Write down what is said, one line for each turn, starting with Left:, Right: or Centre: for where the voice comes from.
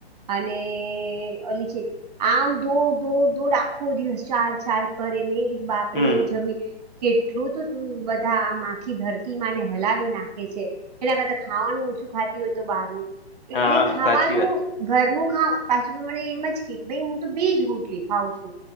Right: અને અલીચે આમ દોડ દોડ દોડ આખો દિવસ ચાલ ચાલ કરે મેં કીધું બાપ
Left: હમ
Right: રે! કેટલું તો બધા આમ આખી ધરતીમાંને હલાવી નાખે છે. એના કરતા ખાવાનું ઓછું ખાતી હોય તો બહારનું
Left: હા
Right: એને ખાવાનું
Left: સાચી વાત
Right: ઘરનું ખા પાછું તો મને એમ જ કે ભઈ હું તો બેજ રોટલી ખાઉં છું.